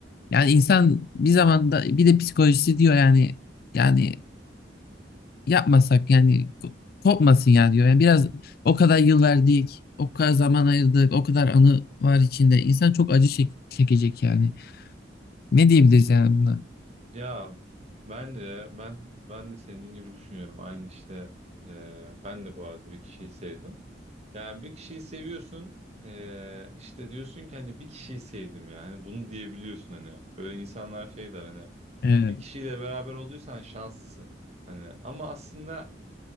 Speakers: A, on the left; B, on the right.
A: Yani insan bir zamanda bir de psikolojisi diyor yani yani yapmasak yani ko- kopmasın ya diyor. Yani biraz o kadar yıl verdik, o kadar zaman ayırdık, o kadar anı var içinde. İnsan çok acı çek- çekecek yani. Ne diyebiliriz yani buna?
B: Ya bence ben ben de senin gibi düşünüyorum. Aynı işte e, ben de bu arada bir kişiyi sevdim. Yani bir kişiyi seviyorsun e, işte diyorsun ki hani bir kişiyi sevdim ya. Hani bunu diyebiliyorsun hani. Böyle insanlar şey der hani
A: Evet,
B: bir kişiyle beraber olduysan şanslısın. Hani ama aslında